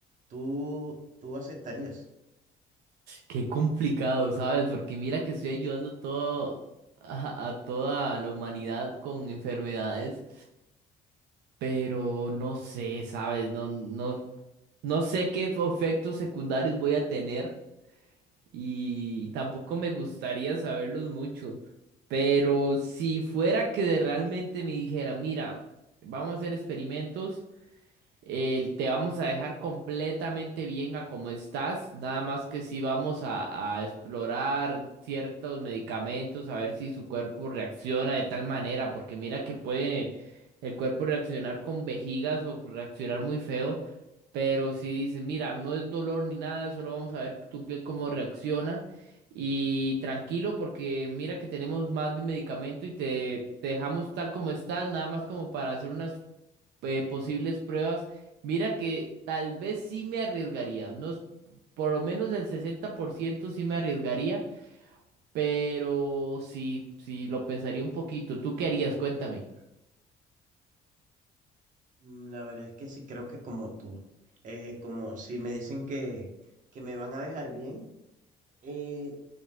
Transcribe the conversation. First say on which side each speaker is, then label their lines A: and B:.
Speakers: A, on the right; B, on the right.
A: ¿Tú, tú aceptarías?
B: Qué complicado, ¿sabes? Porque mira que estoy ayudando todo a, a toda la humanidad con enfermedades, pero no sé, ¿sabes? No, no, no sé qué efectos secundarios voy a tener y tampoco me gustaría saberlos mucho. Pero si fuera que de realmente me dijera, mira, vamos a hacer experimentos eh, te vamos a dejar completamente bien a como estás, nada más que si vamos a, a explorar ciertos medicamentos, a ver si su cuerpo reacciona de tal manera, porque mira que puede el cuerpo reaccionar con vejigas o reaccionar muy feo, pero si dice, mira, no es dolor ni nada, solo vamos a ver tu piel cómo reacciona. Y tranquilo, porque mira que tenemos más de medicamento y te, te dejamos tal como estás, nada más como para hacer unas eh, posibles pruebas, mira que tal vez sí me arriesgaría, unos, por lo menos el 60% sí me arriesgaría, pero sí, sí, lo pensaría un poquito. ¿Tú qué harías? Cuéntame.
A: Mm, La verdad es que sí, creo que como tú, eh, como si me dicen que, que me van a dejar bien. eh,